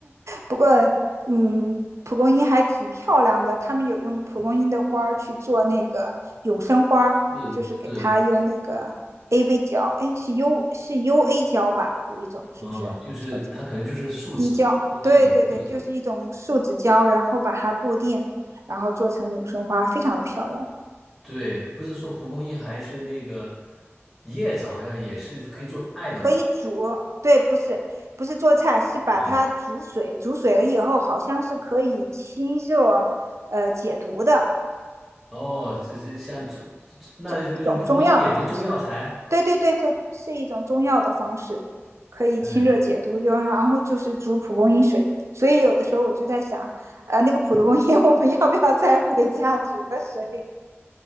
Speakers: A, on the right (about 80°); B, in the centre.
A: 不过，嗯，蒲公英还挺漂亮的，他们有用蒲公英的花儿去做那个永生花就是给它用那个
B: 是是，
A: AV 胶，哎，是 U 是 UA 胶吧？有一种是不是叫做
B: 哦，就是它可能就是树脂，
A: 滴胶？
B: 就是一种树脂。
A: 对对对，就是一种树脂胶，然后把它固定，然后做成永生花，非常的漂亮，
B: 对，不是说蒲公英还是那个叶子，好像也是可以做菜的嘛。
A: 可以煮。对，不是不是做菜，是把它煮水，
B: 嗯，
A: 煮水了以后好像是可以清热，呃，解毒的，
B: 哦，这是像这这，这那就是蒲公英也是中药材。
A: 这一种中药的方式。对对对对，是一种中药的方式，可以清热解毒，
B: 对，
A: 就然后就是煮蒲公英水。所以有的时候我就在想，呃，那个蒲公英我们要不要再回家煮个水？